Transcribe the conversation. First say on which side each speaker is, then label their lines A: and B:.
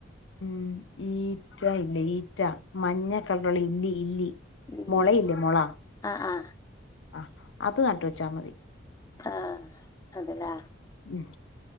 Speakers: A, on the left; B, on the left.
A: ഉം ഈറ്റ ഇല്ലേ ഈറ്റ മഞ്ഞ കളറുള്ള ഇല്ലി ഇല്ലി
B: ഇല്ലേ
A: മുളയില്ലേ മുള
B: ആ ആ
A: ആഹ് അത് നട്ട് വെച്ചാ മതി.
B: ആഹ് അത് ലേ
A: ഉം.